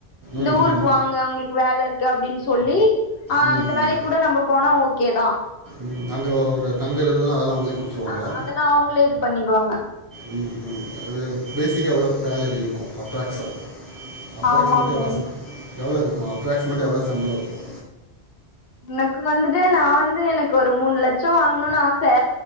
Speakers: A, on the left; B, on the right.
A: இந்த
B: ம்
A: ஊருக்கு
B: ம்
A: வாங்க உங்களுக்கு வேல இருக்கு அப்டினு ஸ் சொல்லி ஆ
B: உம்
A: அந்த
B: உம்
A: வேலைக்கு கூட நம்ம போனா ஓகே தா
B: உம் அங்க ஒரு தங்கறதல்லா அதெல்லா அவங்களே கொடுத்துருவாங்களா
A: ஆஹ் அதெல்லா அவங்களே இது பண்ணிடுவாங்க
B: ம் ம் அ பேசிக்கா எவ்வளோ சேலரி இருக்கு அப்ராக்சா அப்ரா்ஸிமேட்ட
A: ஆமா ஃப்ரெண்ட்
B: எளோ ச எவ்ள இரு அப்ராக்சிமேட்டாக எவ்வளோ சம்பளம் இருக்கும்
A: எனக்கு வந்துட்டு நான் வந்து எனக்கு ஒரு மூணு லட்சம் வாங்கணும்னு ஆசை